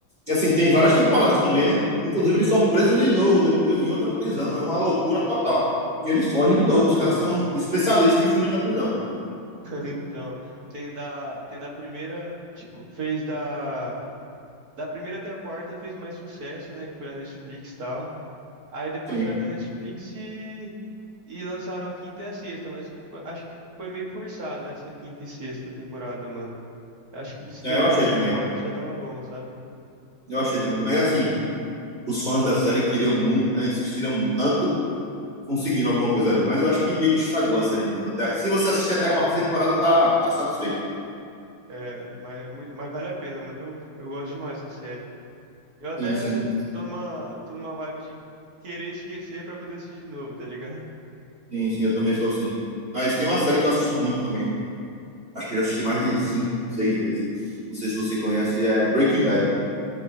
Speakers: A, on the right; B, on the right.
A: assim, tem várias temporadas também, né? Inclusive, eles são presos de novo depois em outra prisão. É uma loucura total. E eles fogem
B: Então,
A: de novo. Os
B: mano.
A: caras são
B: <laughs>
A: especialistas em fugir da prisão.
B: Então, tem da, tem da primeira. Tipo, fez da. Da primeira até a quarta fez mais sucesso, né? Que foi na Netflix e tal. Aí depois
A: Sim.
B: saiu da Netflix e. E lançaram a quinta e a sexta, mas fo- acho que foi meio forçado essa quinta e sexta temporada, mano. Acho que se
A: É,
B: terminasse
A: eu achei também.
B: na quarta já tava bom, sabe?
A: Eu achei também. Mas, assim, os fãs da série queriam muito, né? Insistiram tanto conseguindo alguma coisa ali. Mas eu acho que meio que estragou a série mesmo. Até, se você assistir até
B: É,
A: a quarta temporada, tá, tá satisfeito.
B: é, mas, é mui- mas vale a pena, mano. Eu, eu gosto demais dessa série. Eu até
A: Sim, sim.
B: tô numa, tô numa vibe de querer esquecer pra poder assistir de novo, tá ligado?
A: Sim, sim. Eu também sou assim. Mas tem uma série que eu assisto muito também. Acho que eu já assisti mais de cinco, seis vezes. Não sei se você conhece. É Breaking Bad.